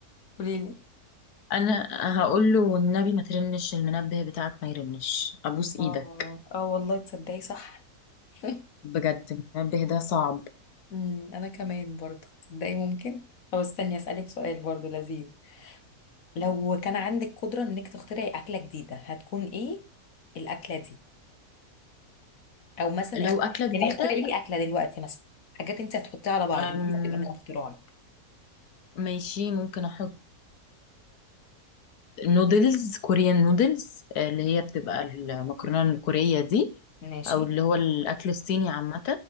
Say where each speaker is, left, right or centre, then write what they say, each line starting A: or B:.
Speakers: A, on the left; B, on the left.
A: قولي لي
B: انا هقول له والنبي ما ترنش المنبه بتاعك ما يرنش ابوس ايدك
A: اه اه والله تصدقي صح <laughs>
B: بجد المنبه ده صعب
A: امم انا كمان برضو تصدقي ممكن طب استني اسالك سؤال برضو لذيذ لو كان عندك قدرة انك تخترعي اكلة جديدة هتكون ايه الاكلة دي او مثلا
B: لو
A: اخت...
B: اكلة جديدة
A: يعني اخترعي لي اكلة دلوقتي مثلا حاجات انت هتحطيها على بعض
B: أم
A: ودي بتبقى من اختراعك
B: ماشي ممكن احط نودلز كوريان نودلز اللي هي بتبقى المكرونة الكورية دي
A: ماشي
B: او اللي هو الاكل الصيني عامة